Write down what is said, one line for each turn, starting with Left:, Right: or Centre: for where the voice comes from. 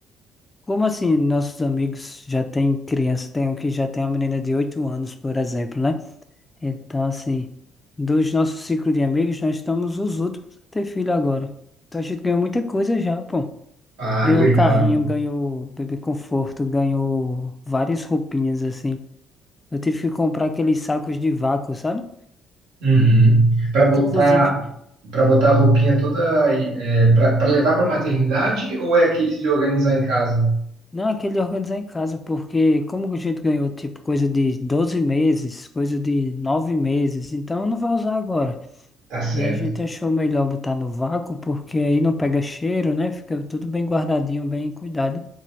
Left: como assim, nossos amigos já têm criança, tem um que já tem uma menina de 8 anos, por exemplo, né? Então, assim, dos nossos ciclos de amigos, nós estamos os últimos a ter filho agora. Então a gente ganhou muita coisa já, pô.
Right: Ah,
Left: Ganhou
Right: legal.
Left: carrinho, ganhou bebê conforto, ganhou várias roupinhas, assim. Eu tive que comprar aqueles sacos de vácuo, sabe?
Right: Uhum. Para botar
Left: Inclusive,
Right: para botar a roupinha toda é, para levar para maternidade ou é aqueles de organizar em casa?
Left: Não, aquele organizar em casa, porque como a gente ganhou, tipo, coisa de 12 meses, coisa de 9 meses, então não vai usar agora.
Right: Tá certo.
Left: E a gente achou melhor botar no vácuo, porque aí não pega cheiro, né? Fica tudo bem guardadinho, bem cuidado.